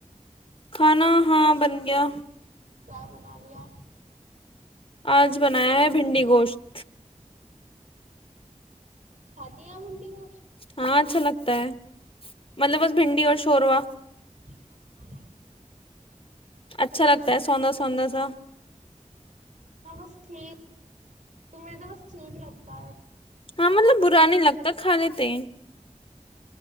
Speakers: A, on the left; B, on the right.
A: کھانا ہاں بن گیا
B: کیا بنانییا
A: آج بنایا ہے بھنڈی گوشت
B: خاتیا منتی وہ
A: ہاں اچھا لگتا ہے مطلب بس بھنڈی اور شوروا
B: <inaudible>
A: اچھا لگتا ہے سوندا سوندا سا
B: ہاں بس ٹھیک مجھے تو بس ٹھیک لگتا ہے
A: ہاں مطلب برا نہیں لگتا کھا لیتے